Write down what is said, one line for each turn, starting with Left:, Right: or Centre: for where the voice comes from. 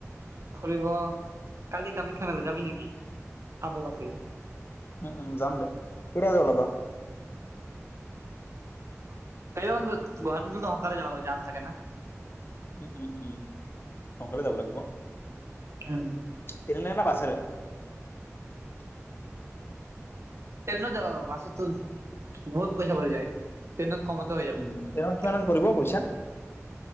Right: ফুৰিব, কালি কামাখ্যা মেলা যাবি নেকি? অম্বুবাচী।
Left: উম, উম, যাম দে <unintelligible> ওলাবা?
Right: <unintelligible>
Left: উম,
Right: জাম থাকে না?
Left: উম, উম, উম, সোনকালে যাব লাগিব।
Right: <unintelligible>
Left: <unintelligible>
Right: ট্ৰেইনত যাব, বাছতো বহুত পইচা পৰি যায় ট্ৰেইনত কমতে হৈ যাব।
Left: উম, ট্ৰেইনত কিমানত পৰিব পইচা?